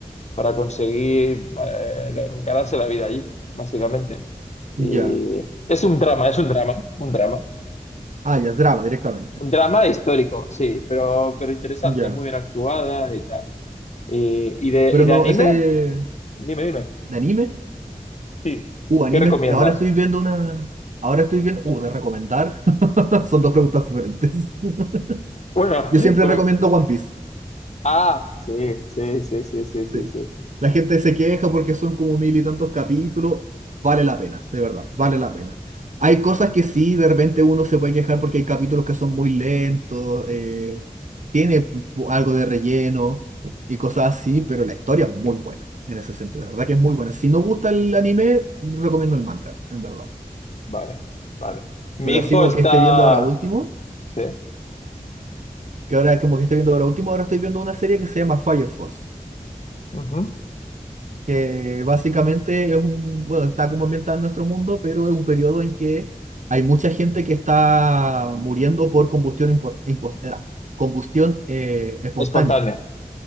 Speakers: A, on the left; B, on the right.
A: para conseguir eh, ganarse la vida allí, básicamente. Y
B: ya.
A: es un drama, es un drama, un drama.
B: Ah, ya, drama directamente.
A: Un drama histórico, sí, pero, pero interesante,
B: Ya.
A: muy bien actuada y tal. ¿Y, y de,
B: Pero
A: y de
B: no,
A: anime?
B: ese...
A: Dime, dime.
B: ¿De anime?
A: Sí.
B: Uh, anime,
A: ¿Qué recomiendas?
B: ahora estoy viendo una. Ahora estoy viendo. Uh, de recomendar. <laughs> Son dos preguntas diferentes.
A: Bueno,
B: <laughs> Yo
A: <laughs>
B: siempre
A: como...
B: recomiendo One Piece.
A: Ah, sí, sí, sí, sí, sí, sí,
B: sí.
A: sí.
B: La gente se queja porque son como mil y tantos capítulos. Vale la pena, de verdad, vale la pena. Hay cosas que sí, de repente uno se puede quejar porque hay capítulos que son muy lentos, eh, tiene algo de relleno y cosas así, pero la historia es muy buena en ese sentido, de verdad que es muy buena. Si no gusta el anime, recomiendo el manga, en verdad.
A: Vale, vale. Mi
B: Pero
A: hijo
B: así como
A: está...
B: que esté viendo ahora último.
A: Sí.
B: que ahora como que estoy viendo, ahora último ahora estoy viendo una serie que se llama Fire Force,
A: ujú.
B: que básicamente es un, bueno, está como ambientada en nuestro mundo, pero es un periodo en que hay mucha gente que está muriendo por combustión, impo- impos- eh, combustión eh, espontánea.
A: Espontánea,